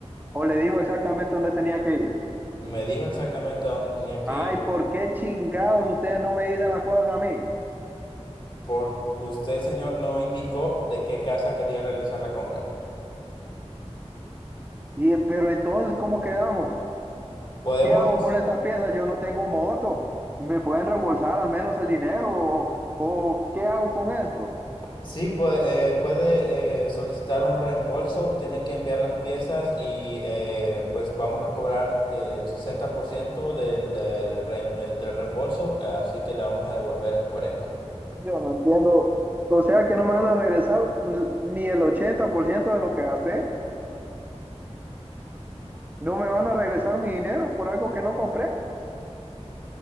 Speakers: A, on the right; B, on the left.
A: o le dijo exactamente dónde tenía que ir.
B: Me dijo exactamente a dónde tenía que
A: Ajá,
B: ir,
A: ¿y por qué chingados ustedes no me dicen las cosas a mí?
B: porque usted, señor, no indicó de qué casa quería realizar la compra.
A: Y, eh, pero entonces, ¿cómo quedamos?
B: Podemos
A: ¿Qué hago con esta pieza? Yo no tengo moto. ¿Me pueden reembolsar al menos el dinero? ¿O, o qué hago con esto?
B: Sí, pues eh, puede eh, solicitar un reembolso, tiene que enviar las piezas y eh, pues vamos a cobrar el 60% del, eh, rem- eh, del reembolso, eh, así que le vamos a devolver el 40%.
A: Yo no entiendo. O sea que no me van a regresar ni el 80% de lo que gasté. No me van a regresar mi dinero por algo que no compré.